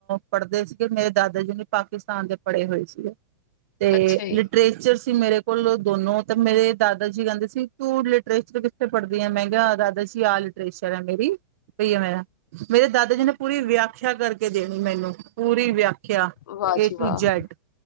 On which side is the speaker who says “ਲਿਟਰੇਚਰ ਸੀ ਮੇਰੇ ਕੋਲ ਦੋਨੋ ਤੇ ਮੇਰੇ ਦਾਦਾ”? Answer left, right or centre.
Right